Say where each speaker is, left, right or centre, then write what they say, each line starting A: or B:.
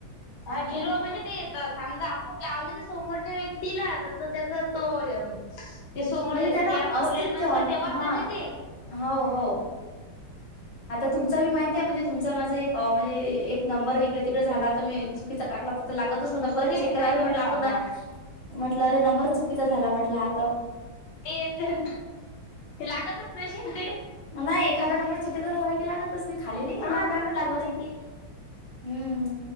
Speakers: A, on the left; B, on the left.
A: हा झिरो म्हणजे ते येत समजा आपण लावलं ते समोरच्या व्यक्तीला तर त्याचा तो ते समोर
B: म्हणजे त्यांना
A: ऍप
B: अस्तित्व
A: खोलेल नसलं तेव्हाच
B: हा
A: जाते ते.
B: हो हो आता तुमच बी माहती आहे म्हणजे तुमचा माझा एक म्हणजे एक नंबर इकडे तिकडे झाला तर मी चुकीचा टाकला तर लागतच नव्हता परत
A: ते
B: चेक
A: तिथं
B: केला
A: आहे
B: अरे
A: ठेवीत
B: म्हंटलं
A: साधणार.
B: आपण ना म्हटलं अरे नंबरच चुकीचा झाला म्हटलं आता
A: ते य ते लागतच नाही की ते.
B: नाही एखादा नंबर चुकीचा झाला की लागतच नाही. खाली नाही
A: हा
B: गेला
A: लागतच
B: पण लागलाच नाही
A: ते
B: हम्म,